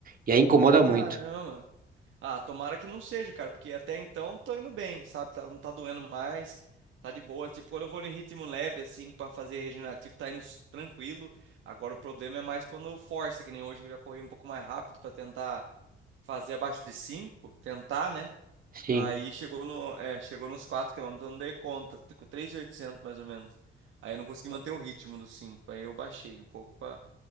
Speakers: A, on the right; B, on the right.
A: E aí incomoda
B: Caramba.
A: muito.
B: Ah, tomara que não seja, cara, porque até então eu tô indo bem, sabe? Tá- Não tá doendo mais, tá de boa. Tipo, quando eu vou em ritmo leve, assim, pra fazer regenerativo, tá indo s- tranquilo. Agora o problema é mais quando eu forço, que nem hoje que eu já corri um pouco mais rápido pra tentar fazer abaixo de 5, tentar, né?
A: Sim.
B: Aí chegou no, é, chegou nos 4 km, eu não dei conta, t- com 3.800 mais ou menos. Aí eu não consegui manter o ritmo dos 5. aí eu baixei um pouco pra,